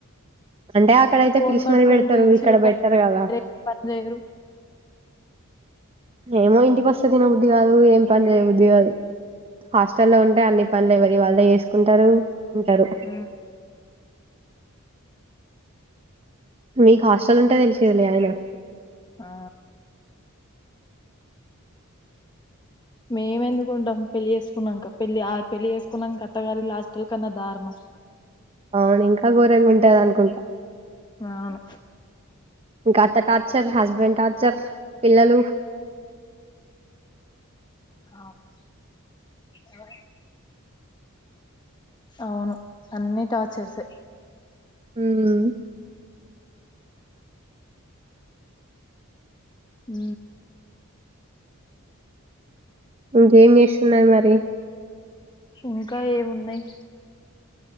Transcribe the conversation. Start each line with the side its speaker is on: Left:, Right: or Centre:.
Right: అంటే అక్కడైతే
Left: ఫోన్
Right: పిలిచి
Left: పట్టుకొని
Right: మరి పెడుతరు
Left: రీల్స్
Right: ఇక్కడ
Left: చూడడం
Right: వెట్టరు కదా.
Left: వేరే పని చేయరు
Right: ఏమో ఇంటికి వస్తే తినబుద్ధి కాదు, ఏం పని చేయ బుద్ధి కాదు. హాస్టల్లో ఉంటే అన్ని పనులు ఎవరివి వాళ్ళే చేసుకుంటరు ఉంటరు.
Left: ఉమ్
Right: మీకు హాస్టల్ ఉంటే తెలిసేదిలే అయినా
Left: ఆ మేము ఎందుకుంటాం పెళ్లి చేసుకున్నాక పెళ్లి ఆ పెళ్లి చేసుకున్నాక అత్తగారిల్లు హాస్టల్ కన్నా దారుణం.
Right: అవును ఇంకా ఘోరంగా ఉంటది అనుకుంటా.
Left: అవును
Right: ఇంకా అత్త టార్చర్ హస్ బెండ్ టార్చర్ పిల్లలు
Left: అవునా ఎవరే అవును అన్నీ టార్చర్సే
Right: ఉమ్
Left: ఊ
Right: ఇంకేం చేస్తున్నారు మరి
Left: ఇంకా ఏమున్నాయి